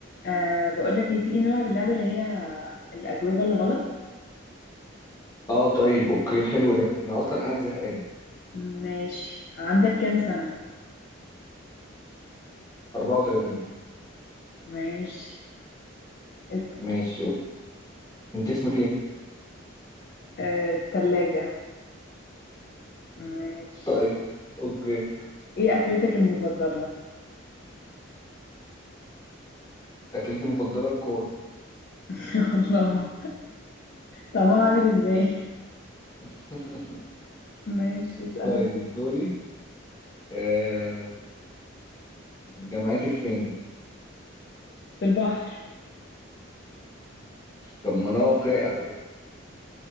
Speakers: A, on the left; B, on the left.
A: أه بقول لك ايه تيجي نلعب اللعبة اللي هي الأجوبة الغلط
B: اه طيب اوكي حلو ده انا اصلا قاعد زهقان
A: ماشي عندك كام سنة
B: 34
A: ماشي اسأل
B: ماشي اوكي انت اسمك ايه
A: أه التلاجة ماشي
B: طيب اوكي
A: ايه أكلتك المفضلة
B: اكلتي المفضله الكوره
A: <laughs> يا الله طعمها عامل ازاي
B: <laughs>
A: ماشي اسأل
B: طيب
A: انت
B: دوري آه... جامعتك فين
A: في البحر
B: طب ما انا واقعي على فكره